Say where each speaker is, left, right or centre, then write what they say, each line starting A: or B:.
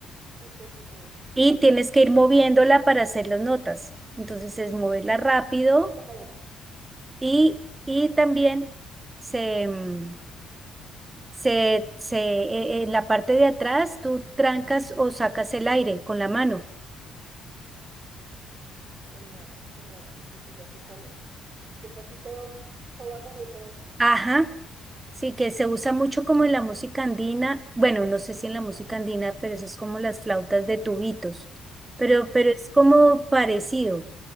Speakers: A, on the right (about 40°); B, on the right (about 20°).
A: chistosísimo, chistosísimo.
B: Y tienes que ir moviéndola para hacer las notas. Entonces es moverla rápido
A: Claro.
B: Y, y también se, mm, se, se, e- en la parte de atrás tú trancas o sacas el aire con la mano.
A: Genial, genial, sí, sí, sí, ya sé cuál es. Que es así todo, todo agudo, todo.
B: Ajá. Sí, que se usa mucho como en la música andina. Bueno, no sé si en la música andina, pero eso es como las flautas de tubitos. Pero, pero
A: Sí,
B: es como parecido.